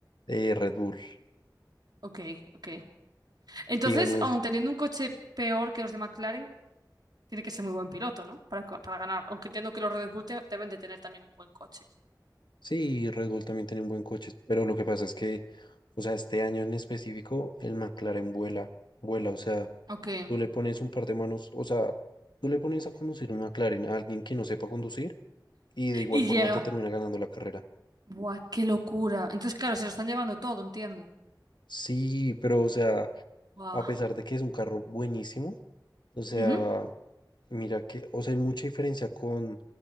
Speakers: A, on the left (about 75°); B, on the right (about 60°).
A: Eh, Red Bull,
B: Ok, ok. Entonces,
A: digamos,
B: aun teniendo un coche peor que los de McLaren, tiene que ser muy buen piloto, ¿no? Para, para ganar. Aunque entiendo que los Red Bull te- deben de tener también un buen coche.
A: sí, Red Bull también tiene un buen coche, pero lo que pasa es que, o sea, este año en específico, el McLaren vuela, vuela, o sea,
B: Ok.
A: tú le pones un par de manos, o sea, tú le pones a conducir un McLaren a alguien que no sepa conducir y de igual
B: Y
A: forma
B: llega.
A: te termina ganando la carrera.
B: Buah, qué locura. Entonces, claro, se lo están llevando todo, entiendo.
A: Sí, pero o sea,
B: Buah.
A: a pesar de que es un carro buenísimo, o sea,
B: Ujú.
A: mira que, o sea, hay mucha diferencia con